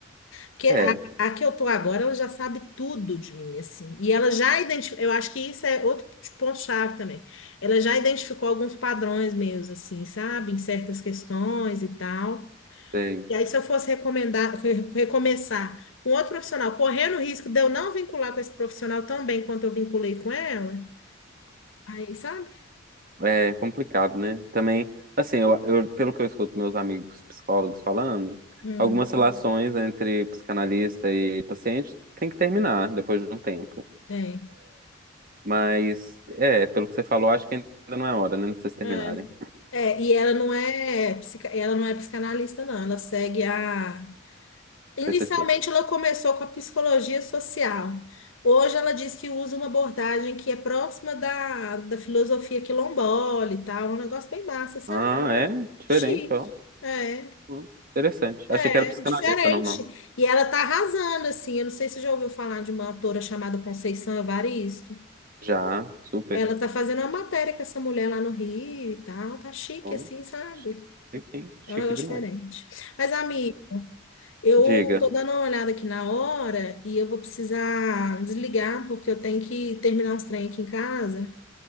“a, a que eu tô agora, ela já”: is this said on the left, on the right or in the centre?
Left